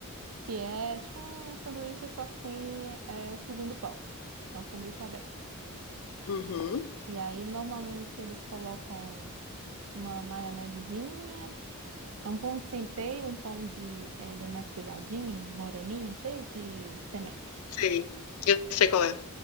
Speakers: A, on the right; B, on the left.
A: que é tipo um sanduíche só que sem é, o segundo pão. É um sanduíche aberto.
B: Uhum,
A: E aí normalmente eles colocam uma maionesezinha, É um pão de centeio, um pão de. eh, Ele é mais pesadinho, moreninho, cheio de semente.
B: sei. Eu sei qual é.